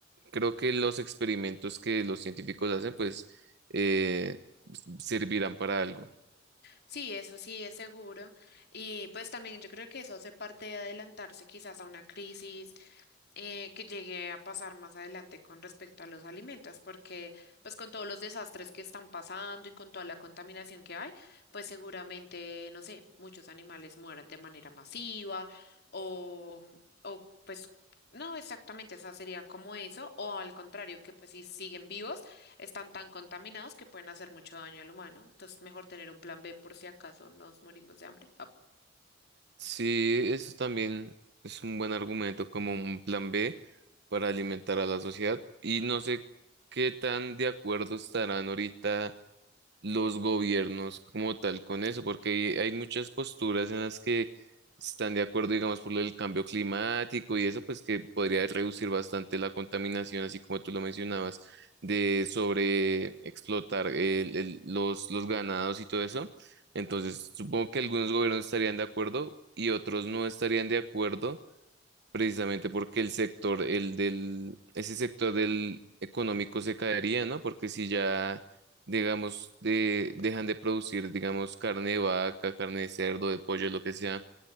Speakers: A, on the right (about 60°); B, on the left (about 55°).
A: creo que los experimentos que los científicos hacen, pues, eh, servirán para algo.
B: Sí, eso sí es seguro. Y pues también yo creo que eso hace parte de adelantarse quizás a una crisis eh, que llegué a pasar más adelante con respecto a los alimentos, porque pues con todos los desastres que están pasando y con toda la contaminación que hay, pues seguramente, no sé, muchos animales mueran de manera masiva o, o pues no exactamente, esa sería como eso, o al contrario, que pues si siguen vivos, están tan contaminados que pueden hacer mucho daño al humano, entonces mejor tener un plan B por si acaso nos morimos de hambre.
A: Sí, eso también es un buen argumento como un plan B para alimentar a la sociedad. Y no sé qué tan de acuerdo estarán ahorita los gobiernos como tal con eso, porque hay hay muchas posturas en las que están de acuerdo, digamos, por lo del cambio climático y eso, pues que podría reducir bastante la contaminación, así como tú lo mencionabas, de sobre explotar el- el- los, los ganados y todo eso. Entonces, supongo que algunos gobiernos estarían de acuerdo y otros no estarían de acuerdo precisamente porque el sector, el del, ese sector del económico se caería, ¿no? Porque si ya, digamos, de, dejan de producir, digamos, carne de vaca, carne de cerdo, de pollo, lo que sea,